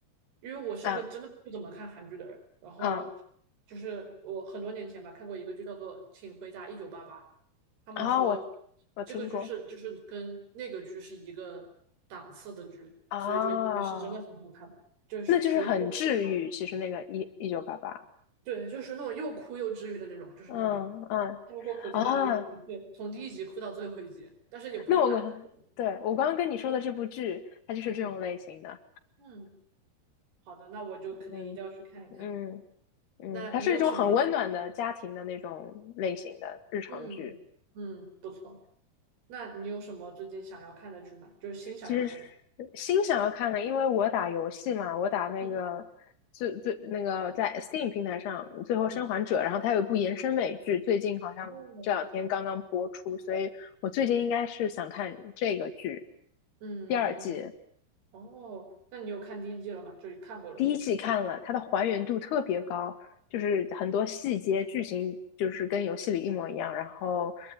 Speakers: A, on the right; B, on the left.
A: 因为我是一个真的不怎么看韩剧的人，
B: 嗯
A: 然后
B: 嗯，
A: 就是我很多年前吧看过一个剧叫做《请回答一九八八》，他们说
B: 啊、我我听过
A: 这个剧是就是跟那个剧是一个档次的剧，
B: 啊、
A: 所以就应该是真的很好看吧，就是属于一个启发，
B: 那就是很治愈。其实那个一一九八八，
A: 对，就是那种又哭又治愈的那种，就是那种，
B: 嗯嗯啊，
A: 他们说苦尽甘来遇见一切，从第一集哭到最后一集，但是也不是难受
B: 那我对我刚刚跟你说的这部剧，它就是这种类型的，
A: 嗯嗯。好的，那我就肯定一定要去看一看。
B: 嗯嗯嗯，
A: 那你有什么？
B: 它是一种很温暖的家庭的那种类型的日常剧。
A: 嗯嗯，不错。那你有什么最近想要看的剧吗？就是新想要看的。
B: 其实是心想要看的，因为我打游戏嘛，我打那个最最那个在
A: 嗯
B: Steam 平台上《最后生还者》，
A: 嗯
B: 然后它有一部延伸美剧，最近好像这两天刚刚播出，
A: 哦
B: 所以我最近应该是想看这个剧
A: 嗯嗯
B: 第二季。
A: 哦，那你有看第一季了吗？就是看过了是吗？
B: 第一季看了，它的还原度特别高，就是很多细节、剧情就是跟游戏里一模一样，然后